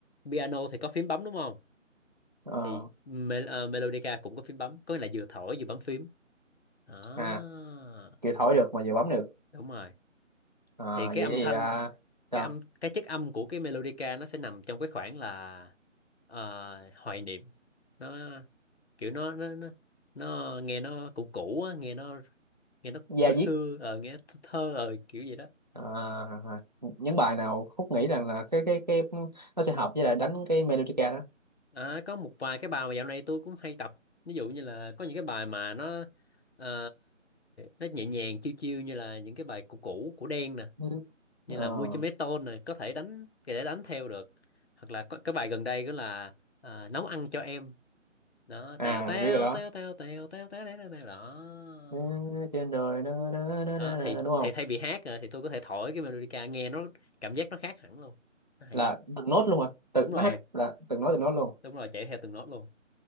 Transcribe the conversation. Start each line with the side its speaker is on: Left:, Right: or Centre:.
Left: piano thì có phím bấm đúng không
Right: Ờ,
Left: thì Mel à, Melodica cũng có phím bấm có nghĩa là vừa thổi vừa bấm phím đó
Right: à kìa thổi được mà vừa bấm được
Left: đúng rồi
Right: à,
Left: thì
Right: vậy
Left: cái âm
Right: thì
Left: thanh
Right: à, sao
Left: cái âm cái chất âm của cái melodica nó sẽ nằm trong cái khoảng là ờ, hoài niệm nó kiểu nó nó nó, nó nghe nó cũ cũ á, nghe nó nghe nó
Right: da
Left: xưa xưa
Right: diết
Left: ờ, nghe nó thơ thơ ờ, kiểu gì đó
Right: À, những bài nào Phúc nghĩ rằng là cái cái cái nó sẽ hợp với lại đánh cái melodica đó
Left: à, có một vài cái bài mà dạo này tôi cũng hay tập ví dụ như là có những cái bài mà nó ờ, nó nhẹ nhàng chiêu chiêu như là những cái bài cũ cũ của Đen
Right: Ừ.
Left: như
Right: ờ,
Left: là 10 mấy tôn này có thể đánh có thể đánh theo được hoặc là có, cái bài gần đây đó là à, nấu ăn cho em đó
Right: à
Left: tèo tèo
Right: biết bài đó
Left: tèo tèo tèo tèo tèo tèo tèo tèo đó
Right: Ừ, trên đời đó, đó, đó,
Left: đó
Right: đó, đó,
Left: thì
Right: đúng không
Left: thì thay vì hát rồi thì tôi có thể thổi cái melodica nghe nó cảm giác nó khác hẳn luôn nó hay
Right: là
Left: lắm
Right: từng nốt luôn à tự
Left: đúng rồi
Right: nó hát là từng nốt từng nốt luôn
Left: đúng rồi chạy theo từng nốt luôn